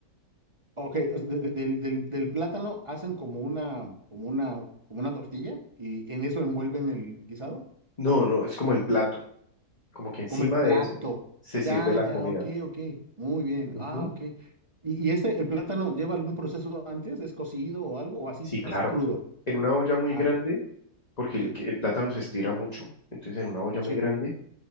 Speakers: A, on the right (about 25°); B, on the left (about 30°).
A: Ok, o sea, de- de- del, del, del plátano hacen como una, como una, como una tortilla y en eso envuelven el guisado.
B: No, no, es como el plato, como que encima
A: Como el plato.
B: de eso se sirve
A: Ya,
B: la
A: ya,
B: comida.
A: ok, ok. Muy bien.
B: Ujú.
A: Ah, ok. ¿Y, y ese el plátano lleva algún proceso antes? ¿Es cocido o algo? ¿O así,
B: Sí, claro.
A: así crudo?
B: En una olla muy
A: Ah,
B: grande, porque
A: sí,
B: el, que- el plátano se estira mucho, entonces en una olla
A: sí,
B: muy grande